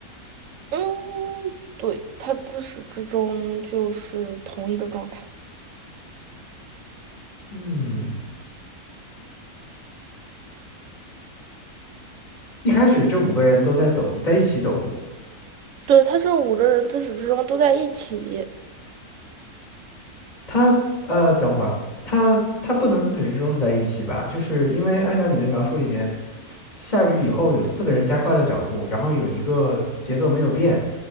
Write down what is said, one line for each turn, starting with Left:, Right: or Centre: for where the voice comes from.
Right: 嗯，对，他自始至终就是同一个状态。
Left: 嗯，一开始这五个人都在走路，在一起走路。
Right: 对，他这五个人自始至终都在一起。
Left: 他呃，等会儿他他不能自始至终都在一起吧？就是因为按照你的描述里面，下雨以后有四个人加快了脚步，然后有一个节奏没有变，